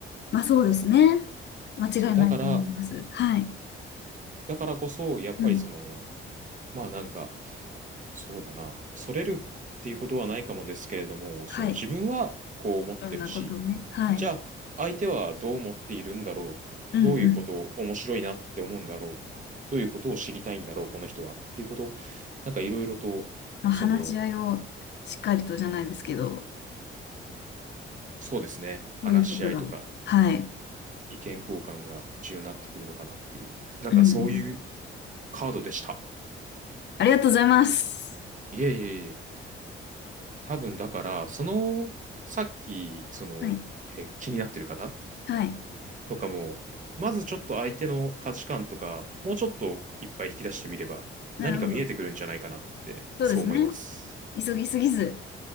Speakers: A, on the left; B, on the right.
A: まあそうですね。間違いないと思います。
B: そう、だから、
A: はい。
B: だからこそ、やっぱりその、
A: うん。
B: まあなんか、そうだな。恐れるっていうことはないかもですけれども、
A: はい。
B: その自分はこう思ってるし、
A: いろんなことをね。はい。
B: じゃあ相手はどう思っているんだろう。
A: うんうん。
B: どういうことを面白いなって思うんだろう。どういうことを知りたいんだろう、この人は。っていうことを、なんかいろいろと、
A: まあ、
B: その、
A: 話し合いをしっかりとじゃないですけど、
B: そうですね。話し合いとか
A: そういうことが。はい。
B: 意見交換が重要になってくるのかなっていう。なんかそういう
A: うんうん。
B: カードでした。
A: ありがとうございます。
B: いえいえいえ。多分だから、その、さっき、その、
A: はい。
B: えー気になってる方
A: はい。
B: とかも、まずちょっと相手の価値観とか、もうちょっといっぱい引き出してみれば、
A: なるほど。
B: 何か見えてくるんじゃないかなって、
A: そうですね。
B: そう思います。
A: 急ぎすぎず。